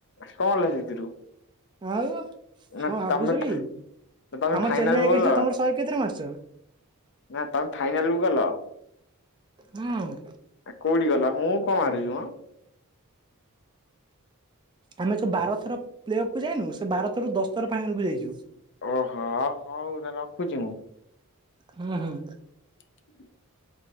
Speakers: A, on the left (about 55°); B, on the right (about 20°).
A: କଣ ହେଲା ସେଥିରୁ?
B: ଆଉ?
A: ନା
B: କଣ ଭାବୁଛ
A: ତମେ
B: କି
A: ତମେ
B: ଆମ
A: ଫାଇନାଲ
B: ଚେନ୍ନାଇ
A: କୁ
B: ଏଗନେଷ୍ଟରେ
A: ଗଲ
B: ତମର ଶହେ କେତେଟା ମାରିଚ?
A: ନା ତମେ ଫାଇନାଲକୁୁ ଗଲ?
B: ହୁଁ।
A: କୋଉଠି ଗଲ, ହୁଁ କଣ ମାରୁଛୁ ମ?
B: ଆମେ ଯୋଉ ବାର ଥର ପ୍ଲେ ଅଫ୍କୁ କୁ ଯାଇନୁ, ସେ ବାର ଥରୁ ଦଶଥର ଫାଇନାଲ କୁ ଯାଇଛୁ।
A: ଓହୋ ହଉ, ତାହାଲେ ରଖୁଛି ମୁଁ?
B: ହୁଁ ହୁଁ।
A: ହୁ